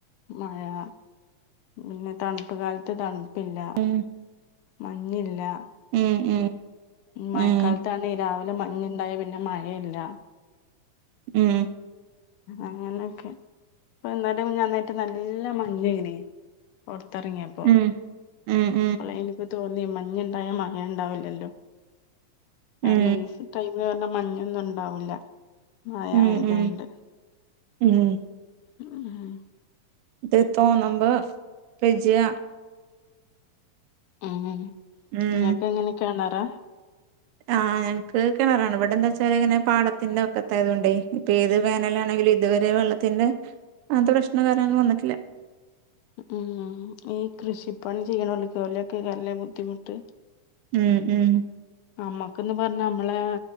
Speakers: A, on the left (about 80°); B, on the right (about 80°).
A: മഴാ. പിന്നെ തണ്പ്പ് കാലത്ത് തണ്പ്പ് ഇല്ല
B: ഉം
A: മഞ്ഞില്ലാ.
B: ഉം ഉം
A: മഴക്കാലത്താണെ
B: ഉം
A: രാവിലെ മഞ്ഞ് ഇണ്ടായാ പിന്നെ മഴല്ലാ.
B: ഉം
A: അങ്ങനെയൊക്കെ. ഇപ്പൊ ഇന്നെലിം മിഞ്ഞാന്നു ആയിറ്റ് നല്ല മഞ്ഞേനി. പൊറത്ത് എറങ്ങ്യേപ്പം.
B: ഉം ഉം
A: അപ്പളേ ഇൻക്ക് തോന്നി മഞ്ഞ് ഇണ്ടായാ മഴ ഇണ്ടാവൂലല്ലോ. കാരണം
B: ഉം
A: ഈ സ് ടൈ മ് പർഞ്ഞാ മഞ്ഞൊന്നും ഉണ്ടാവൂല്ല മയായതോണ്ട്.
B: ഉം ഉം ഉം
A: ഉംഹേഹ്.
B: ഇത് തോന്ന്മ്പോ പെജ്ജാ.
A: ഉം.
B: ഉം
A: ഇങ്ങക്കെങ്ങനേ കെണറാ?
B: ആഹ് ഞങ്ങക്ക് കെണറാണ് ഇവടെ എന്താ വെച്ചാല് ഇങ്ങനെ പാടത്തിന്റെ വക്കത്തായതോണ്ടേ. ഇപ്പേത് വേനലാണെങ്കിലു ഇത് വേരെ വെള്ളത്തിന്റെ അങ്ങൻത്തെ പ്രശ്നം ഇത് വരെ ഒന്നും വന്നിട്ടില്ലാ.
A: ഉം ഈ കൃഷിപ്പണി ചെയ്യ്ണോലൊക്കെ ഓലൊക്കേക്കാരലേ ബുദ്ധിമുട്ട്
B: ഉം ഉം
A: നമ്മക്ക് ന്ന് പറഞ്ഞാ നമ്മളെ